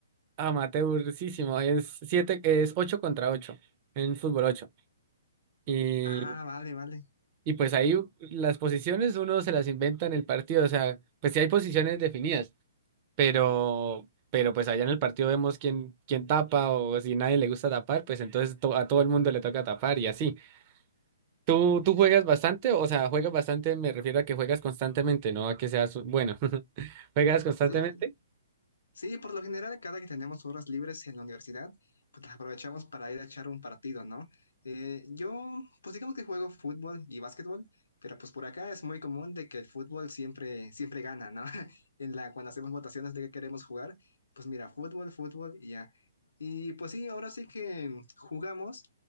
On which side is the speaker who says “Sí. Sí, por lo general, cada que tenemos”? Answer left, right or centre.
Left